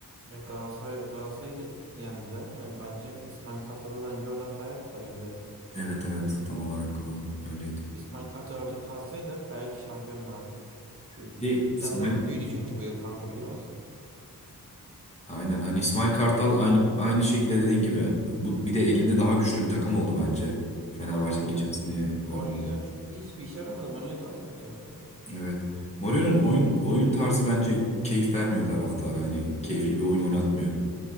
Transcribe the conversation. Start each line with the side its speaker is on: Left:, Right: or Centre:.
Right: Yani Galatasaray, Galatasaray'ı da yendiler. Yani bence İsmail Kartal'ı bence orada hata yaptılar göndererek.
Left: Evet evet tam olarak o öyleydi.
Right: İsmail Kartal orada kalsaydı belki şampiyonlardı bu yıl.
Left: Bir de İsmail
Right: Galatasaray kötüydü çünkü bu yıl kanka biliyor musun?
Left: aynen hani İsmail Kartal aynı aynı şekilde dediğin gibi bu bir de elinde daha güçlü bir takım oldu bence Fenerbahçe'nin
Right: Yani
Left: geçen seneye
Right: Mourinho
Left: oranla.
Right: çok da hiçbir işe yaramadı. Mourinho daha da kötü yaptı.
Left: Evet. Mourinho'nun oyun oyun tarzı bence keyif vermiyor taraftara. Hani keyifli bir oyun oynatmıyor.